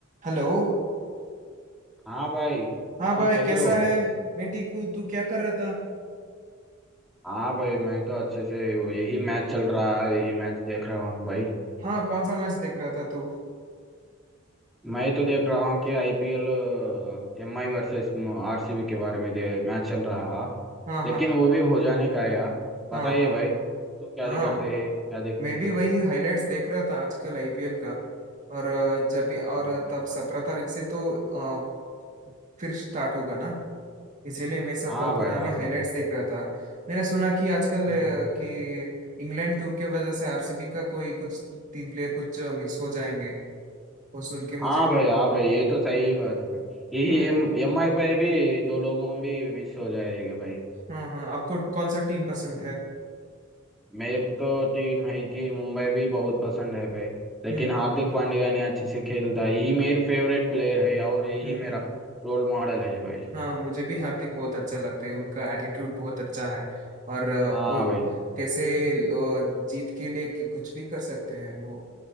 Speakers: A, on the right; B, in the centre.
A: Hello
B: हाँ भाई
A: हाँ
B: तुम
A: भाई
B: कैसे
A: कैसा
B: हो
A: है मैं ठीक हूँ तू क्या कर रहा था
B: हाँ भाई मैं तो अच्छे से हूँ। यही मैच चल रहा है यही मैच देख रहा हूँ भाई
A: हाँ कौन सा मैच देख रहा था तू
B: मैं तो देख रहा हूँ कि IPL M I versus RCB के बारे में दे, मैच चल रहा है
A: हाँ
B: लेकिन
A: हाँ
B: वो भी हो जाने का है यार बताइए
A: हाँ हाँ
B: भाई तू क्या
A: हाँ
B: दे
A: हाँ।
B: करते हैं क्या देखते
A: मैं
B: हैं
A: भी वही हाइलाइट्स देख रहा था आजकल आईपीएल का और अ, जब भी और
B: हाँ
A: अ,
B: भाई
A: तब सत्रह तारीख से तो अ, फिर स्टार्ट होगा ना इसीलिए मैं सब
B: हाँ भाई
A: पुराने
B: हाँ
A: हाइलाइट्स
B: भाई
A: देख रहा था मैंने सुना कि आजकल अ,
B: हाँ
A: कि इंग्लैंड टूर के वजह से आरसीबी का कोई कुछ तीन प्लेयर कुछ मिस हो जाएंगे वो सुन के मुझे
B: हाँ भाई हाँ भाई ये तो सही बात है भाई यही
A: हम्म
B: एम एम आई पे भी दो लोगों भी मिस हो जाएगा भाई
A: हाँ हाँ आपको कौन सा टीम पसंद है
B: मेरे को तो टीम है कि मुंबई भी बहुत पसंद है भाई लेकिन
A: हम्म
B: हार्दिक पांड्या ने अच्छे से खेलता है यही मेरे फेवरेट प्लेयर है और यही
A: हम्म
B: मेरा
A: हम्म।
B: रोल मॉडल है भाई
A: हाँ मुझे भी हार्दिक बहुत अच्छा लगते हैं उनका एटीट्यूड बहुत अच्छा है और अ,
B: हाँ
A: वो
B: भाई
A: कैसे लो- जीत के लिए कि- कुछ भी कर सकते हैं वो